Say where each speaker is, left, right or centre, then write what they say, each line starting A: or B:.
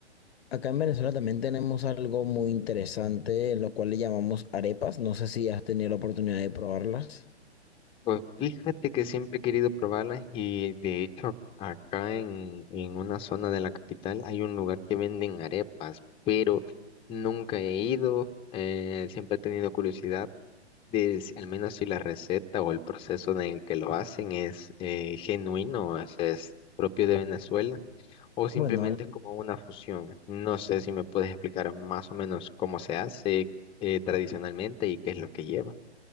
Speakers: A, on the left; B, on the left.
A: acá en Venezuela también tenemos algo muy interesante, lo cual le llamamos arepas. No sé si has tenido la oportunidad de probarlas.
B: Pues fíjate que siempre he querido probarlas y de hecho acá en, en una zona de la capital hay un lugar que venden arepas, pero nunca he ido, eh, siempre he tenido curiosidad de si- al menos si la receta o el proceso en el que lo hacen es eh, genuino, es, es propio de Venezuela o simplemente
A: Bueno,
B: es como una fusión. No sé si me puedes explicar más o menos cómo se hace eh, tradicionalmente y qué es lo que lleva.